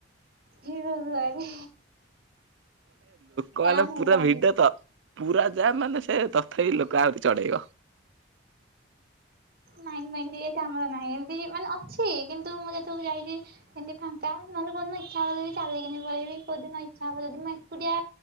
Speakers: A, on the right; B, on the right.
A: ଯିବ କୁଆଡେ
B: ଭଗବାନ୍
A: ଜାମ୍ ହେଇଯାଆନ୍ତି।
B: ପୁରା ଭିଡ ତ ପୁରା ଯା ମାନେ ସେ ତଥାପି ଲୋକ ଆହୁରି ଚଢେଇବ।
A: ନାଇଁ ମାଇ ଏଟା ଆମର ନାଇଁତି ମାନେ ଅଛି କିନ୍ତୁ ମୁଁ ଯେତେବେଳେ ଯାଇକି। କଣ ଏମିତ୍ ଫାଙ୍କା ନହେଲେ କୋଉଦିନ ଇଚ୍ଛା ହବ ଯଦି ଚାଲିକି ପଳେଇି କଉଦିନ ଇଚ୍ଛା ହବ ଯଦି ଏକୁଟିଆ